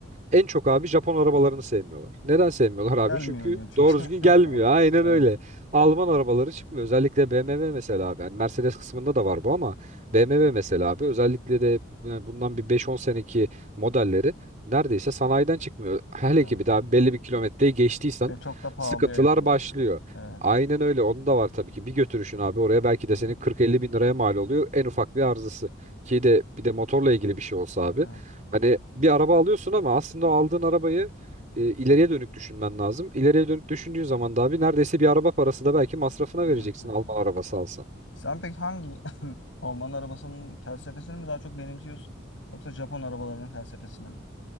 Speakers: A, on the right (about 40°); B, on the left (about 75°).
A: En çok abi Japon arabalarını sevmiyorlar. Neden sevmiyorlar abi?
B: Gelmiyor
A: Çünkü
B: diyor çünkü.
A: doğru düzgün gelmiyor.
B: <laughs>
A: Aynen
B: Evet.
A: öyle. Alman arabaları çıkmıyor. Özellikle BMW mesela abi. Yani Mercedes kısmında da var bu ama BMW mesela abi özellikle de yani bundan bir beş on seneki modelleri neredeyse sanayiden çıkmıyor. Hele
B: evet.
A: ki bir daha belli bir kilometreyi geçtiysen
B: Ve çok da pahalıya
A: sıkıntılar
B: yapıyorlar.
A: başlıyor.
B: Evet.
A: Aynen öyle. Onun da var tabii ki. Bir götürüşün abi oraya belki
B: Hı
A: de
B: hı.
A: senin 40-50 bin liraya mal oluyor. En ufak bir arızası. Ki de bir de motorla ilgili bir şey olsa abi.
B: Evet.
A: Hani bir araba alıyorsun ama aslında o aldığın arabayı e, ileriye dönük düşünmen lazım. İleriye dönük düşündüğün zaman da abi neredeyse bir araba parası da belki masrafına
B: Evet.
A: vereceksin
B: evet.
A: Alman arabası alsan.
B: Sen peki hangi <laughs> Alman arabasının felsefesini mi daha çok benimsiyorsun yoksa Japon arabalarının felsefesini mi?